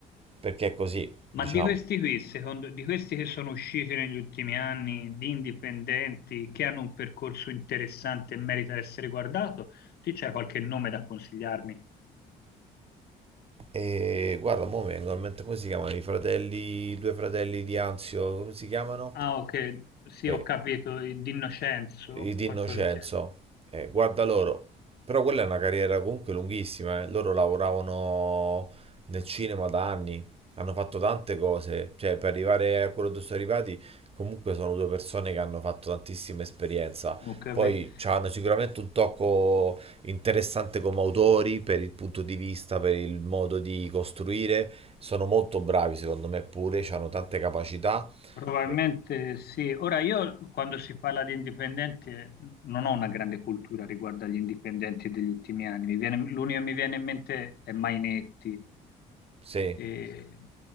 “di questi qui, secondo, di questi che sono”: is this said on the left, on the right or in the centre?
Left